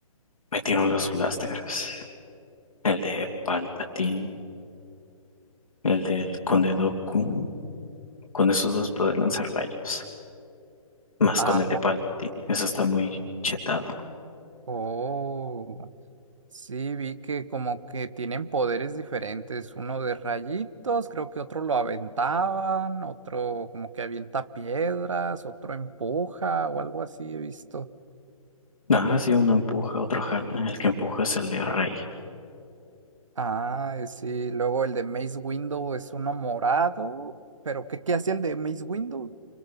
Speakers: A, on the left (about 70°); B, on the right (about 60°).
A: metieron los blasters, el de Palpatine, el del Conde Dooku. Con esos dos puedes lanzar rayos, más
B: Ah,
A: con el de Palpatine. Eso está muy chetado.
B: oh. Sí, vi que como que tienen poderes diferentes, uno de rayitos, creo que otro lo aventaban, otro como que avienta piedras, otro empuja o algo así he visto.
A: Ajá, sí, uno empuja, otro jala. El que empuja es el de Rey.
B: Ah, eh, sí, luego el de Mace Window es uno morado, pero ¿qué, qué hacía el de Mace Window?